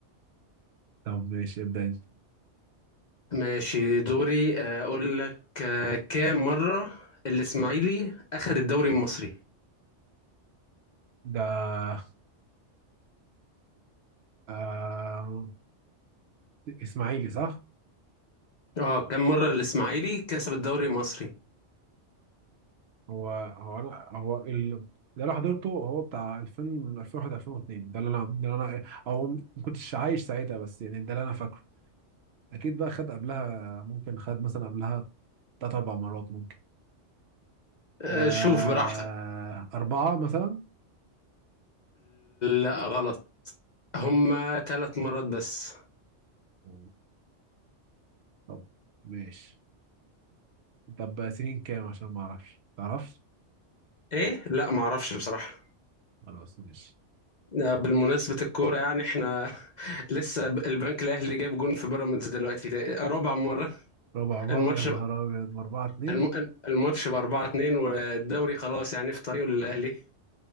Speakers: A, on the right; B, on the left.
A: طب ماشي ابدا انت
B: ماشي دوري آه، اقول لك آه، كام مره الاسماعيلي اخذ الدوري المصري
A: ده آه... اسماعيلي صح
B: اه كم مرة الإسماعيلي كسب الدوري المصري
A: هو هو انا هو ال... ده اللي انا حضرته هو بتاع 2000 2001 2002 ده اللي انا ده اللي انا او ما كنتش عايش ساعتها بس يعني ده اللي انا فاكره اكيد بقى خد قبلها ممكن خد مثلا قبلها تلات اربع مرات ممكن
B: آه،
A: آه...
B: شوف براحتك
A: اربعة مثلا
B: لا غلط هما ثلاث مرات بس
A: مم. طب ماشي طب سنين كام عشان ما اعرفش تعرفش
B: ايه لا معرفش بصراحة
A: خلاص ماشي
B: آه، بالمناسبة الكورة يعني احنا <laughs> لسه ب- البنك الأهلي جايب جون في بيراميدز دلوقتي ده رابع مرة
A: ربع مرة
B: الماتش
A: يا نهار
B: ب-
A: ابيض ما اربعة اتنين
B: الم- الماتش ب 4 2 والدوري خلاص يعني في طريقه للأهلي